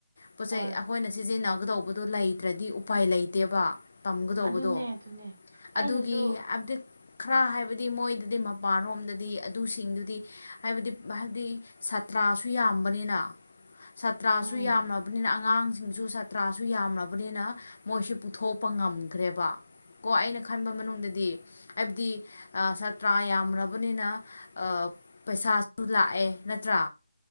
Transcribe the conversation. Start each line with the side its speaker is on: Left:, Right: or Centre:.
Left: ꯄꯣꯠꯆꯩ
Right: ꯍꯣꯏ
Left: ꯑꯩꯈꯣꯏꯅ ꯁꯤꯖꯤꯟꯅꯒꯗꯧꯕꯗꯨꯣ ꯂꯩꯇ꯭ꯔꯗꯤ ꯎꯄꯥꯏ ꯂꯩꯇꯦꯕ ꯇꯝꯒꯗꯧꯕꯗꯣ
Right: ꯑꯗꯨꯅꯦ ꯑꯗꯨꯅꯦ ꯑꯩꯅꯁꯨ
Left: ꯑꯗꯨꯒꯤ ꯍꯥꯏꯕꯗꯤ ꯈꯔ ꯍꯥꯏꯕꯗꯤ ꯃꯣꯏꯗꯗꯤ ꯃꯄꯥꯟꯔꯣꯝꯗꯗꯤ ꯑꯗꯨꯁꯤꯡꯗꯨꯗꯤ ꯍꯥꯏꯕꯗꯤ ꯍꯥꯏꯕꯗꯤ ꯁꯥꯠꯇ꯭ꯔ ꯥꯁꯨ ꯌꯥꯝꯕꯅꯤꯅ ꯁꯥꯇ꯭ꯔꯥꯁꯨ
Right: ꯎꯝ
Left: ꯌꯥꯝꯃꯕꯅꯤꯅ ꯑꯉꯥꯡ ꯁꯤꯡꯁꯨ ꯁꯥꯇ꯭ꯔꯥꯁꯨ ꯌꯥꯝꯂꯕꯅꯤꯅ ꯃꯣꯏꯁꯤ ꯄꯨꯊꯣꯛꯄ ꯉꯝꯈ꯭ꯔꯦꯕ ꯀꯣ ꯑꯩꯅ ꯈꯟꯕ ꯃꯅꯨꯡꯗꯗꯤ ꯍꯥꯏꯕꯗꯤ ꯁꯥꯇ꯭ꯔꯥ ꯌꯥꯝꯕꯅꯤꯅ ꯄꯩꯁꯥꯁꯨ ꯂꯥꯛꯑꯦ ꯅꯠꯇ꯭ꯔꯥ